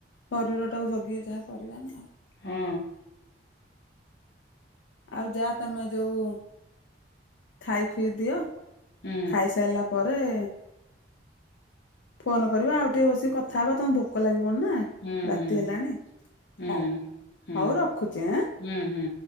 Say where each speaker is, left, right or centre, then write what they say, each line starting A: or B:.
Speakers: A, on the left; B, on the left.
A: ଶରୀର ଟାକୁ ଜଗିକି ଯାହା କରିବା ନା।
B: ହଁ।
A: ଆଉ ଯାହା ତମେ ଯୋଉ ଖାଇ ଖୁଇ ଦିଅ
B: ହୁଁ
A: ଖାଇସାରିଲା ପରେ ରେ ଫୋନ୍ କରିବା ଆଉ ଟିକେ ବସିକି କଥା ହେବା ତମକୁ ଭୋକ ଲାଗିବଣି ନା।
B: ହୁଁ
A: ରାତି
B: ହୁଁ
A: ହେଲାଣି
B: ହୁଁ
A: ହଉ
B: ହୁଁ
A: ହଉ ରଖୁଛି ଆଁ?
B: ହୁଁ ହୁଁ।